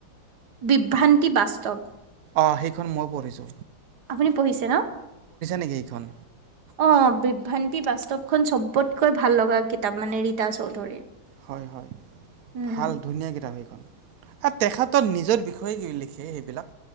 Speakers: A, on the right (about 55°); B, on the right (about 75°).
A: বিভ্ৰান্তি বাস্তৱ।
B: অ, সেইখন মই পঢ়িছো।
A: আপুনি পঢ়িছে ন
B: নেকি সেইখন?
A: আহ বিভ্ৰান্তি বাস্তৱ। খন চবতকৈ ভাল লগা কিতাপ মানে। চৌধুৰীৰ
B: হয় - হয়
A: উম
B: ভাল ধুনীয়া কিতাপ সেইখন এ তেখেত তৰ নিজৰ বিষয়ে কি লিখে সেইবিলাক